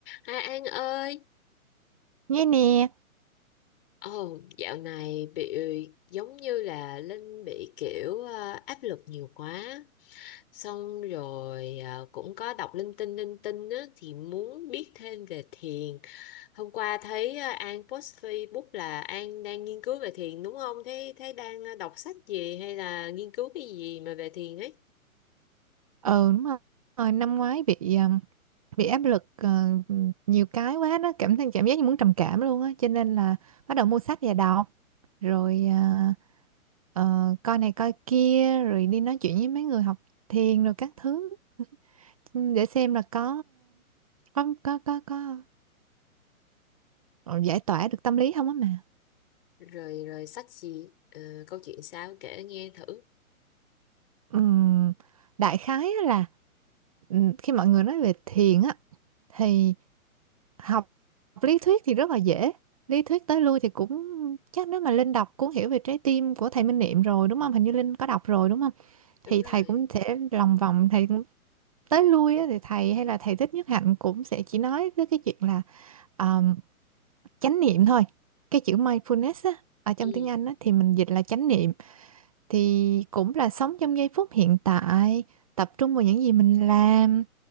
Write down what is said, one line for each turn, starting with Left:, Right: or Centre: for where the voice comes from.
Left: Hai An ơi,
Right: nghe nè
Left: ồ dạo này bị giống như là Linh bị kiểu ờ, áp lực nhiều quá, xong rồi ờ, cũng có đọc linh tinh linh tinh á, thì muốn biết thêm về thiền. Hôm qua thấy ờ, An post Facebook là An đang nghiên cứu về thiền đúng không? Thế thế đang ờ, đọc sách gì hay là nghiên cứu cái gì mà về thiền ấy?
Right: ừ đúng rồi Ờ, năm ngoái bị um, bị áp lực ờ, nhiều cái quá đó cảm thấy cảm giác như muốn trầm cảm luôn á cho nên là bắt đầu mua sách và đọc rồi à, ờ, coi này coi kia rồi đi nói chuyện với mấy người học thiền rồi các thứ để xem là có ờ, có có có, có ờ, giải tỏa được tâm lý không á mà
Left: Rồi rồi sách gì? Ờ, câu chuyện sao kể nghe thử.
Right: Ừm, đại khái á là ừm, khi mọi người nói về thiền á thì học lý thuyết thì rất là dễ lý thuyết tới lui thì cũng chắc nếu mà Linh đọc cuốn hiểu về trái tim của thầy Minh Niệm rồi đúng không hình như Linh có đọc rồi đúng không
Left: Đúng
Right: thì
Left: rồi.
Right: thầy cũng sẽ lòng vòng thầy tới lui á, thì thầy hay là thầy Thích Nhất Hạnh cũng sẽ chỉ nói tới cái chuyện là um, chánh niệm thôi cái chữ mindfulness á, ở trong
Left: Ừ.
Right: tiếng Anh á, thì mình dịch là chánh niệm thì cũng là sống trong giây phút hiện tại tập trung vào những gì mình làm